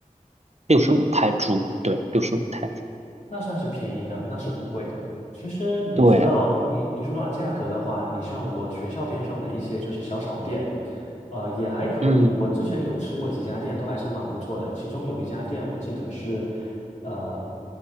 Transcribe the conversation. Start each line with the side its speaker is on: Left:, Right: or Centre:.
Right: 六十五泰铢。对，六十五泰铢。
Left: 那算是便宜的，那是不贵的。其实你说到你你说到价格的话，
Right: 对，
Left: 你像我学校边上的一些就是小炒店，呃，也还可以。
Right: 嗯
Left: 我之前有吃过几家店，都还是蛮不错的。其中有一家店我记得是，呃，